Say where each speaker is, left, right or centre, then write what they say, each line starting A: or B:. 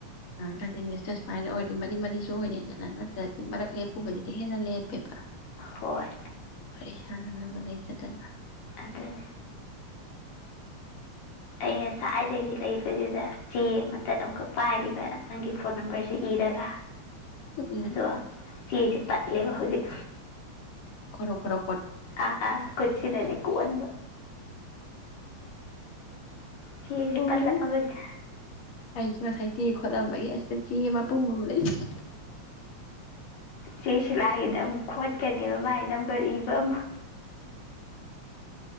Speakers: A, on the left; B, on the left.
A: ꯀꯟꯇꯤꯅ꯭ꯨꯁꯇ ꯁꯨꯃꯥꯏꯅ ꯑꯣꯏꯔꯗꯤ ꯃꯔꯤ ꯃꯔꯤꯁꯨ ꯑꯣꯏꯅ ꯏꯒꯠꯂ ꯅꯠꯇ꯭ꯔꯗꯤ ꯃꯔꯛ ꯂꯦꯞꯄꯨꯕꯗꯨꯗꯤ ꯍꯦꯟꯅ ꯂꯦꯞꯄꯦꯕ
B: ꯍꯣꯏ
A: ꯋꯥꯔꯤ ꯁꯥꯟꯅꯅꯕ ꯂꯩꯇꯗꯅ
B: ꯑꯗꯨꯅꯤ ꯑꯦ ꯉ ꯁꯥꯏꯗꯒꯤ ꯂꯩꯕꯁꯤꯗ ꯆꯦ ꯑꯃꯇꯠ ꯑꯃꯈꯛ ꯄꯥꯏꯔꯤꯕ ꯅꯪꯒꯤ ꯐꯣꯟ ꯅꯝꯕꯔꯁꯤ ꯏꯔꯒ
A: ꯎꯝ
B: ꯑꯗ ꯋꯥ ꯁꯤ ꯇꯥꯛ ꯏꯂꯦꯕ ꯍꯧꯖꯤꯛ
A: ꯈꯔ ꯈꯔꯠ
B: ꯑꯥ ꯑꯥ ꯀꯆꯤꯗꯅꯦ ꯀꯅꯤ ꯆꯤꯁꯦ
A: ꯑꯣꯅ
B: ꯄꯜꯂꯕꯅꯤ
A: ꯑꯩꯁꯨ ꯉꯁꯥꯏ ꯆꯦ ꯈꯣꯠꯂꯝꯕꯒꯤ ꯑꯁꯤꯗ ꯆꯦ ꯃꯄꯨꯝꯕ ꯑꯃ ꯂꯩꯁꯦ
B: ꯆꯦ ꯁꯤꯂꯥꯒꯤꯗ ꯑꯃꯨꯛ ꯈꯣꯠꯀꯅꯦꯕ ꯃꯥꯥꯏ ꯅꯝꯕꯔ ꯏꯕ ꯑꯃ